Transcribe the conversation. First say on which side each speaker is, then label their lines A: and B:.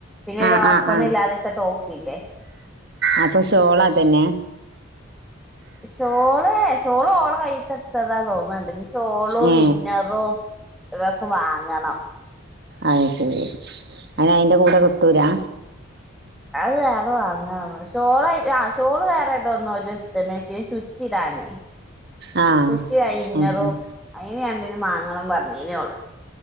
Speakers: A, in the centre; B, on the right (about 50°).
A: പിന്നെ
B: ആ
A: ഓപണ്
B: ആ ആ
A: ഇല്ലാത്ത ടോപ്പ് ഇല്ലേ
B: അപ്പൊ ഷോളാ തന്നെ
A: ഷോള് ഷോള് ഓള് കയ്ത്തെടുത്തതാ തോന്നുന്നുണ്ട് ചോളോ
B: ഏ
A: വിന്നറോ ഇവൊക്കെ വാങ്ങണം
B: അത് ശരി അതി അതിൻ്റെ കൂടെ കിട്ടൂരാ
A: അത് വേറെ വാങ്ങാന്ന് ഷോളായി ആ ഷോള് വേറെ ഏതോന്നോ ഒരു ദിവസത്തിന് പിന്നെ ശുറ്റിട തെ
B: ആ
A: തച്ച അയിഞ്ഞറോ
B: അത് ശരി
A: അയിന രണ്ടന് മാങ്ങണം പറഞ്ഞീനള്ളു